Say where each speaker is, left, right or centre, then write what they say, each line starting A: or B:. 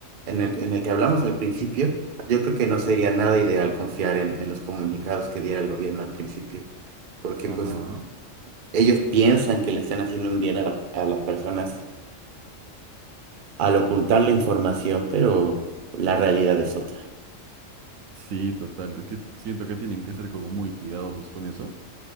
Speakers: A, on the right (about 50°); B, on the right (about 85°).
A: en el, en el que hablamos al principio, yo creo que no sería nada ideal confiar en, en los comunicados que diera el gobierno al principio, porque
B: ajá,
A: pues ellos piensan que le están haciendo un bien a la- a las personas al ocultar la información, pero la realidad es otra.
B: sí, total, es que siento que tienen que ser como muy cuidadosos con eso,